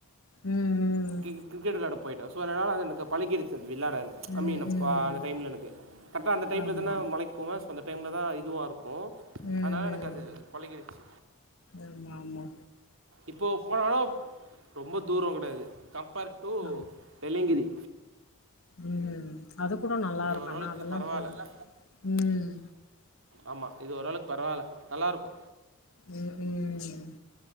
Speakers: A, on the left; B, on the right.
A: ம்
B: கிரிக்
A: ம்
B: கிரிக்கெட் விளையாட போயிட்டே சோ அதனலே பழகியிருக்கு விளாட ஜ
A: ம்
B: மீன் அந்த
A: ம்
B: டைம்ல எனக்கு கரெக்டா அந்த டைம்ல
A: ஆமா
B: தான மலைக்கு போவே அந்த டைம்ல தா இதுவா இருக்கு
A: ம்
B: அதனால எனக்கு அது பழகிறிச்சி
A: ஆமா ஆமா
B: இப்போ போனாலு ரொம்ப தூர கெடையாது கம்பேர் டு
A: ஆ
B: வெள்ளைய்ங்கிரி
A: ம் அது கூட நல்லாருக்கு
B: இது ஓரளவுக்கு
A: ஆனா அதெல்லா
B: பரவாயில்ல
A: போணு ம்
B: ஆமா இது ஓரளவுக்கு பரவால்ல நல்லாருக்கு
A: ம் ம்